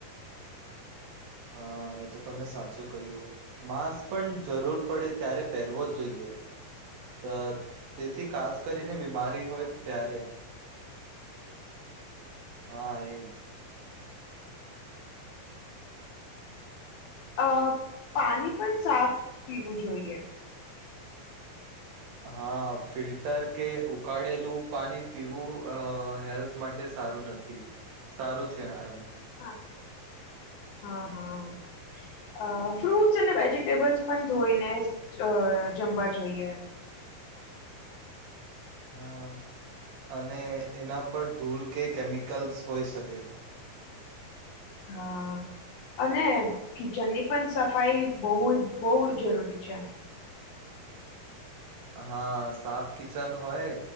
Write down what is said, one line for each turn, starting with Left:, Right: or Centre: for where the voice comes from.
Right: હા એ તો તમને સાચું કહ્યું માસ્ક પણ જરૂર પડે ત્યારે પહેરવો જ જોઈએ. અ તેથી ખાસ કરીને બીમારી હોય ત્યારે હા એજ.
Left: અ પાણી પણ સાફ પીવું જોઈએ.
Right: હા ફિલ્ટર કે ઉકાળેલું પાણી પીવું અ હેલ્થ માટે સારું નથી સારું છે એમ કે.
Left: હા હા હા. અ ફ્રૂટ્સ અને વેજીિટેબલ્સ પણ ધોઈને જમવા જોઈએ.
Right: હા. અને એના પર ધૂલ કે કેમિકલ્સ હોય શકે.
Left: હા. અને કિચનની પણ સફાઈ બહ બહુ જરૂરી છે.
Right: હા સાફ કિચન હોય.